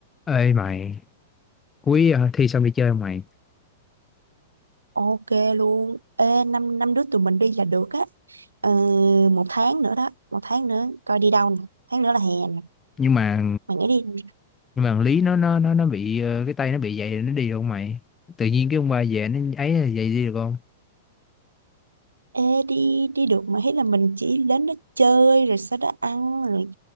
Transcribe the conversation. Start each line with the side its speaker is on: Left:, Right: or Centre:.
Left: Ê mày, cuối ờ, thi xong đi chơi không mày?
Right: Ok luôn. Ê, năm năm đứa tụi mình đi là được á. Ờ, một tháng nữa đó, một tháng nữa coi đi đâu nè. Tháng nữa là hè nè.
Left: Nhưng mà
Right: Mày nghĩ đi,
Left: nhưng mà thằng Lý nó nó nó nó bị ờ, cái tay nó bị vậy nó đi được không mày? Tự nhiên cái ông ba về nó ấy là vậy đi được không?
Right: ê, đi đi được mà hết là mình chỉ đến đó chơi rồi sau đó ăn rồi